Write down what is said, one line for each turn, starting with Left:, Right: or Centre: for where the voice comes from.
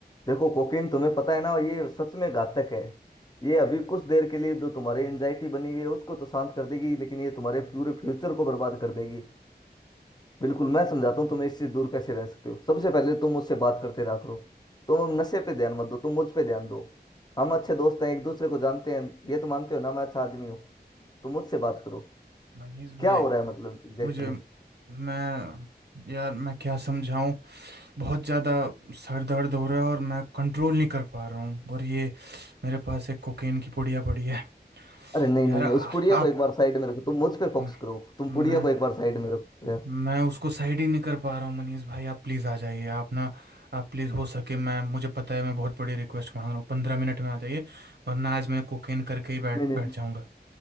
Left: देखो कोकीन तुम्हें पता है ना ये सच में घातक है ये अभी कुछ देर के लिए जो तुम्हारी एंजाइटी बनी हुई है उसको तो शांत कर देगी लेकिन ये तुम्हारे पूरे फ्यूचर को बर्बाद कर देगी बिल्कुल मैं समझाता हूँ तुम इससे दूर कैसे रह सकते हो सबसे पहले तुम मुझसे बात करते रहा करो तुम अब नशे पे ध्यान मत दो तुम मुझ पे ध्यान दो हम अच्छे दोस्त हैं एक दूसरे को जानते हैं ये तो मानते हो ना मैं अच्छा आदमी हूँ तुम मुझसे बात करो
Right: मनीष भाई
Left: क्या हो रहा है मतलब एग्जैक्टली
Right: मुझे मैं
Left: exactly?
Right: यार मैं क्या समझाऊं बहुत ज़्यादा सर दर्द हो रहा है और मैं कंट्रोल नहीं कर पा रहा हूँ और ये मेरे पास एक कोकेन की पुड़िया पड़ी है
Left: अरे नहीं
Right: यार
Left: नहीं नहीं
Right: आ-
Left: उस पुड़िया को
Right: आप
Left: एक बार साइड में रखो तुम मुझ पे फोकस
Right: म-
Left: करो तुम पुड़िया
Right: मैं
Left: को एक बार साइड में रखो यार
Right: मैं उसको साइड ही नहीं कर पा रहा हूँ मनीष भाई आप प्लीज़ आ जाइए आप ना आप प्लीज़ हो सके मैं मुझे पता है मैं बहुत बड़ी रिक्वेस्ट मांग रहा हूँ पंद्रह मिनट में आ जाइए वरना आज मैं कोकेन करके ही
Left: नहीं
Right: बैठ
Left: नहीं
Right: बैठ
Left: नहीं।
Right: जाऊँगा